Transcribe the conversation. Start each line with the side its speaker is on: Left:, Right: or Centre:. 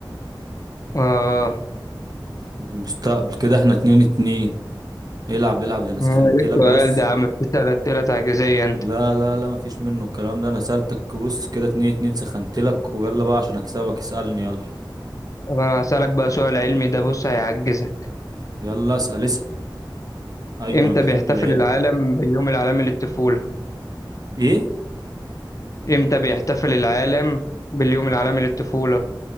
Left: اه
Right: المستقبل كده احنا اتنين اتنين العب العب ده انا سخنتلك
Left: آه، ايه السؤال
Right: بص
Left: ده يا عم بتسأل اسئلة تعجيزية انت
Right: لا لا لا مفيش منه الكلام ده انا سألتك بص كده اتنين اتنين سخنتلك ويلا بقى عشان اكسبك اسألني يلا
Left: طب انا هسألك بقى سؤال علمي ده بص هيعجزك
Right: يلا اسأل اسأل ايوه
Left: امتى
Right: انا بحب
Left: بيحتفل
Right: العلم
Left: العالم باليوم العالمي للطفولة
Right: ايه
Left: امتى بيحتفل العالم باليوم العالمي للطفولة